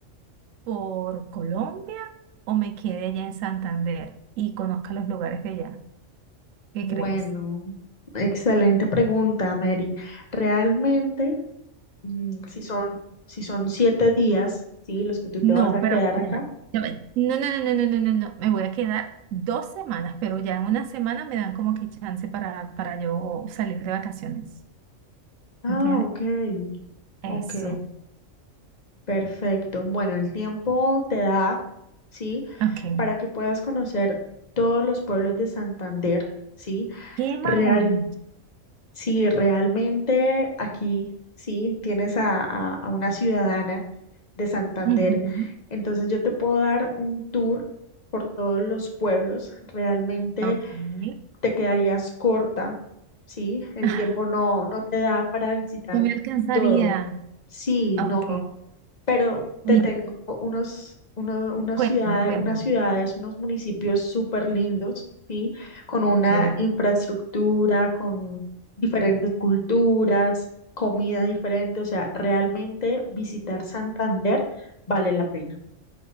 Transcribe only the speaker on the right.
por Colombia o me quede allá en Santander y conozca los lugares de allá? ¿Qué
crees?
No,
pero
no, me- no, no, no, no, no, no, no, me voy a quedar dos semanas, pero ya en una semana me dan como que chance para, para yo salir de vacaciones,
¿entiendes?
Eso.
Ok.
Qué maravilla.
Ujú.
Ok.
<laughs>
No me alcanzaría.
Ok.
Mira,
cuéntame,
cuéntame.
Ok.